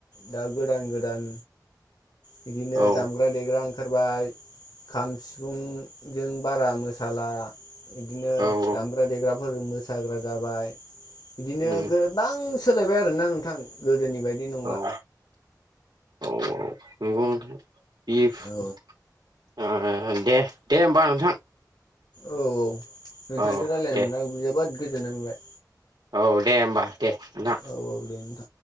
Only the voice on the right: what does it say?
औ
औ औ
उम
औ औ नंगौ नोंथां <unintelligible>
ओ दे दे होमबा नोंथां
औ
दे
औ दे होमबा दे ना